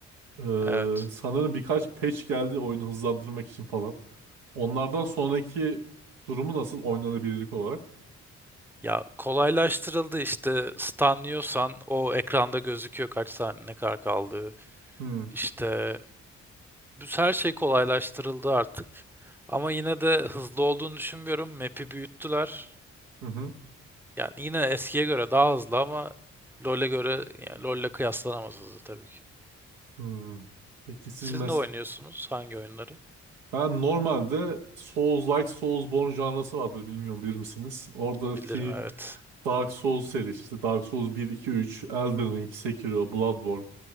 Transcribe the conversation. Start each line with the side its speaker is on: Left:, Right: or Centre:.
Right: Ee,
Centre: Evet.
Right: sanırım birkaç patch geldi oyunu hızlandırmak için falan. Onlardan sonraki durumu nasıl oynanabilirlik olarak?
Centre: Ya kolaylaştırıldı işte stunlıyorsan o ekranda gözüküyor kaç saniye ne kadar kaldığı.
Right: Hı
Centre: İşte bu her şey kolaylaştırıldı artık. Ama yine de hızlı olduğunu düşünmüyorum. Map'i büyüttüler.
Right: hı hı.
Centre: Yani yine eskiye göre daha hızlı ama LoL'e göre yani LoL'le kıyaslanamaz hızlı tabii ki.
Right: hı. Peki siz
Centre: Siz
Right: mes
Centre: ne oynuyorsunuz? Hangi oyunları?
Right: ben normalde Souls-like Soulsborne janrası vardır bilmiyorum bilir misiniz? Oradaki
Centre: Bilirim evet.
Right: Dark Souls serisi işte Dark Souls bir 2 üç Elden Ring, Sekiro, Bloodborne